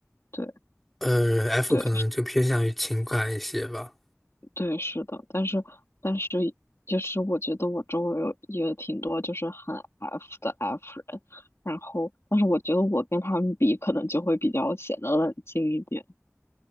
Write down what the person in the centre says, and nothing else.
呃 F
可能就偏向于情感一些吧。